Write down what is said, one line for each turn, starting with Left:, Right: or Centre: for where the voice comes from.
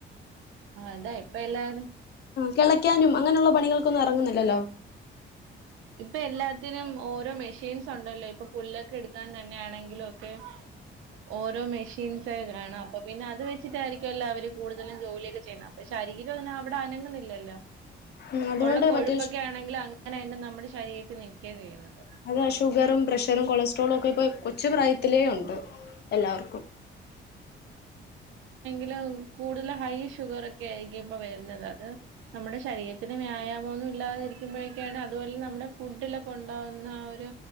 Right: ആഹ് അതാ ഇപ്പ എല്ലാവരും
Left: കെളയ്ക്കാനും അങ്ങനൊള്ള പണികൾക്കൊന്നും എറങ്ങ്ന്ന്ല്ലല്ലോ
Right: ഇപ്പൊ എല്ലാത്തിനും ഓരോ മെഷീൻസാെണ്ടല്ലോ ഇപ്പൊ പുല്ലൊക്കെ എട്ക്കാൻ തൻ ന്നാണെങ്കിലൊക്കെ ഓരോ മെഷീൻസെക്കെ കാണാ അപ്പൊ പിന്നെ അത് വെച്ചിട്ടായ്രി എല്ലാവരും കൂട്തല് ജോലിയൊക്കെ ചെയ്യ്ന്നെ അപ്പം ശരീരം എന്നാ അവ്ടെ അനങ്ങ്ന്ന്ല്ലല്ലോ
Left: ഉം അതുകൊണ്ട്
Right: ഒള്ള കൊഴുപ്പൊക്കെ
Left: മറ്റേ
Right: ആണെങ്കിലങ്ങ് അങ്ങനെന്നെ ന നമ്മടെ ശരീരത്തി നിക്കേ ചെയ്യുന്നത്
Left: അതാ ഷുഗറും പ്രഷറും കൊളസ്ട്രോളും ഒക്കെ ഇപ്പൊ കൊച്ചു പ്രായത്തിലേ ഒണ്ട് എല്ലാവർക്കും
Right: ല് കൂടുതല് ഹൈ ഷുഗറെക്കെ ആരിക്കും ഇപ്പോ വര്ണത് അത് നമ്മുടെ ശരീരത്തിന് വ്യായാമം ഒന്നും ഇല്ലാതെ ഇരിക്കുമ്പോഴേക്കാണ് അതുപോലെ നമ്മുടെ ഫുഡിലൊക്കെ ഒണ്ടാവുന്ന ആ ഒരു